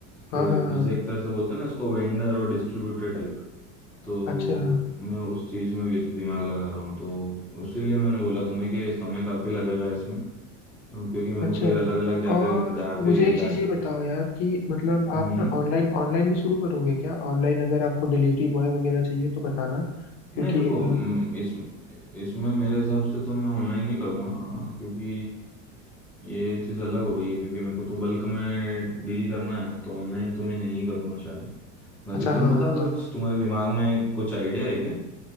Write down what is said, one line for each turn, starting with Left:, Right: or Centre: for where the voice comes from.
Left: हाँ
Centre: कि
Left: हाँ हाँ
Centre: जैसे एक तरह से बोलते हैं ना इसको वेंडर और डिस्ट्रीब्यूटर टाइप तो
Left: अच्छा
Centre: मैं उस चीज़ में भी दिमाग लगा रहा हूँ तो उसीलिए मैंने बोला तुम्हें कि समय काफ़ी लगेगा इसमें तो क्योंकि मेरे
Left: अच्छा
Centre: को फिर अलग अलग जाके
Left: और
Centre: जहाँ पे
Left: मुझे एक
Centre: जा
Left: चीज़ ये बताओ यार कि मतलब आप
Centre: हम्म
Left: ना ऑनलाइन ऑनलाइन भी शुरू करोगे क्या ऑनलाइन अगर आपको डिलीवरी बॉय वगैरह चाहिए तो बताना क्योंकि
Centre: नहीं देखो
Left: अ,
Centre: हम्म, इस इसमें मेरे हिसाब से तो मैं ऑनलाइन नहीं करूँगा क्योंकि ये चीज़ अलग हो गई है क्योंकि मेरे को तो बल्क में डील करना है तो ऑनलाइन तो मैं नहीं करूँगा शायद बाकी
Left: अच्छा
Centre: तुम
Left: हाँ
Centre: बताओ
Left: हाँ
Centre: कुछ
Left: हाँ।
Centre: तुम्हारे दिमाग में कुछ आइडिया है क्या